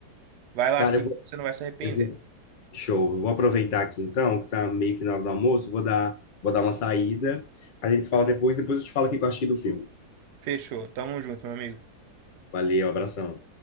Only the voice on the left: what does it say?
Cara,
eu vou,
eu vou, show. Eu vou aproveitar aqui então, que tá meio que na hora do almoço, vou dar, vou dar uma saída. A gente se fala depois, depois eu te falo o que eu achei do filme.
Valeu, abração.